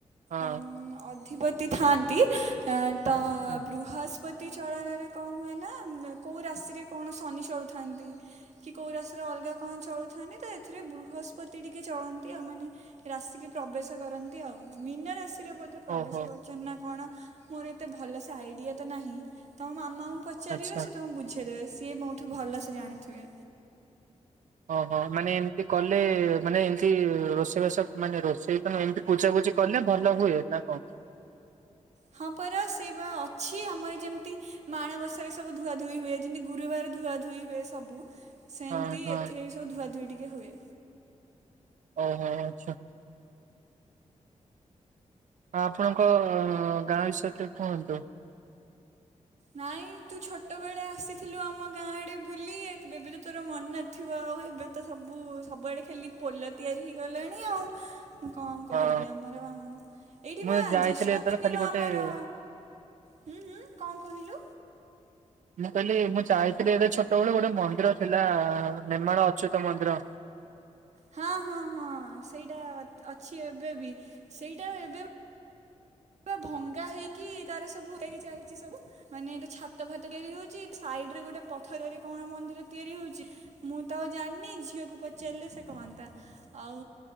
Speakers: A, on the right; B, on the right.
A: ହଁ
B: ଅମ୍ ଅ ଧିପତି ଥାଆନ୍ତି ଏଁ ତ
A: ହୁଁ
B: ବୃହସ୍ପତି ସ୍ପତି ଚଳନରେ କଣ ହୁଏ ନା କୋଉ ରାଶିରେ କଣ ଶନି ଚଳୁଥାନ୍ତି କି କୋଉ ରାଶିରେ ଅଲଗା କଣ ଚଳୁଥାନ୍ତି ତ ଏଥିରେ ବୃହସ୍ପତି ଟିକେ ଚଳନ୍ତି ଆଉ ମାନେ ରାଶିିକି ପ୍ରବେଶ କରନ୍ତି ଆଉ ମୀନ ରାଶି ତିରେ ବୋଧେ ପ୍ରବେଶ
A: ଓହୋ
B: କରୁଚନ୍ତି ନା କଣ ମୋର ଏତେ ଭଲ ସେ ଆଇଡିଆ ତ ନାହିଁ ତମ ମା ମା ଙ୍କୁ ପଚାରିବ
A: ଆଚ୍ଛା।
B: ସେ ତମକୁ ବୁଝେ ଇଦେବେ ସିଏ ମୋଠୁ ଭଲସ ଜାଣିଥିବେ
A: ଓହୋ ମାନେ ଏମତି କଲେ ମାନେ ଏମତି ରୋଷେଇବାସ ମାନେ ରୋଷେଇ ତ ନୁହଁ ଏମତି ବୁଝାବୁଝି କଲେ ଭଲ ହୁଏ ନା କଣ?
B: ହଁ ପରା ସେଇ ବା ଅଛି ଆମର ଯେମିତି ମାଣବସାରେ ସବୁ ଧୂଆ ଧୋଇ ହୁଏ ଯେମିତି ଗୁରୁବାର ଧୁଆ ଧୋଇ ହୁଏ ସବୁ ସେମିତି
A: ହଁ ହଁ
B: ଏଥିରେ ବି ସବୁ ଧୁଆ ଧୋଇ ଟିକେ ତି ହୁଏ।
A: ଓହୋ ଆଚ୍ଛା। ଅ ଆପଣଙ୍କ ଗାଁ ବିଷୟ ରେ ଟିକେ କୁହନ୍ତୁ।
B: ନାଇଁ ତୁ ଛୋଟ ବେଳେ ଆସିଥିଲୁ ଆମ ଗାଁ ଆଡେ ବୁଲି ଏବେ ବି ତ ତୋର ମନ ନଥିବ ଆଉ ଏବେ ତ ସବୁ ସବୁଆଡେ ଖାଲି ପୋଲ ତିଆରି ହେଇଗଲାଣି ଆଉ। ମୁଁ କଣ କହିବିଲ
A: ହଁ
B: ଆମର ବା ଏଇଠି
A: ମୁଁ
B: ବା
A: ଯାଇଥିଲି
B: ଜ୍ୟେଷ୍ଠ
A: ଯେତେବେଳେ
B: ପୂର୍ଣ୍ଣିମା
A: ଖାଲି ଗୋଟେ
B: ଆମର ହୁଁ ହୁଁ କଣ ହିଲୁ
A: ମୁଁ କହିଲି ମୁଁ ଯାଇଥିଲି ଏବେ ଛୋଟ ବେଳୁ ଗୋଟେ ମନ୍ଦିର ଥିଲା ନେମାଳ ଅଚ୍ୟୁତ ମନ୍ଦିର।
B: ହଁ-ହଁ-ହଁ ସେଇଟା ଅଛି ଏବେ ବି ସେଇଟା ଏବେ ଭଙ୍ଗା ହେଇକି ତାର ସବୁ ତିଆରି ଚାଲିଛି ସବୁ ମାନେ ଏଟା ଛାତ ଫାତ ତିଆରି ହଉଚି ସାଇଡରେ ଗୋଟେ ପଥରରେ କଣ ମନ୍ଦିର ତିଆରି ହଉଚି ମୁଁ ତ ଆଉ ଜାଣିନି ଝିଅକୁ ପଚାରିଲେ ସେ କହନ୍ତା। ଆଉ